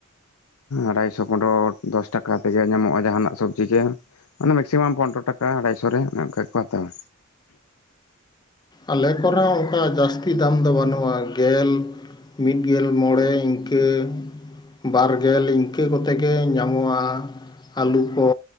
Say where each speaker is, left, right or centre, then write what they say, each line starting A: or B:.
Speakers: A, on the left; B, on the left.
A: ᱟᱲᱟᱭᱥᱚ ᱯᱚᱱᱰᱨᱚ ᱫᱚᱥ ᱴᱟᱠᱟ ᱛᱮᱜᱮ ᱧᱟᱢᱚᱜᱼᱟ ᱡᱟᱦᱟᱱᱟᱜ ᱥᱚᱵᱡᱤ ᱪᱮᱫ? ᱚᱱᱟ ᱢᱮᱠᱥᱤᱢᱟᱢ ᱯᱚᱱᱰᱨᱚ ᱴᱟᱠᱟ ᱟᱲᱟᱭᱥᱚ ᱨᱮ ᱚᱱᱮ ᱚᱱᱠᱟ ᱜᱮᱠᱚ ᱦᱟᱛᱟᱣᱟ᱾
B: ᱟᱞᱮ ᱠᱚᱨᱮ ᱚᱱᱠᱟ ᱡᱟᱹᱥᱛᱤ ᱫᱟᱢ ᱫᱚ ᱵᱟᱹᱱᱩᱜᱼᱟ᱾ ᱜᱮᱞ ᱢᱤᱫ ᱜᱮᱞ ᱢᱚᱬᱮ ᱤᱱᱠᱟᱹ ᱵᱟᱨ ᱜᱮᱞ ᱤᱱᱠᱟᱹ ᱠᱚᱛᱮ ᱜᱮ ᱧᱟᱢᱚᱜᱼᱟ᱾ ᱟᱹᱞᱩ ᱠᱚ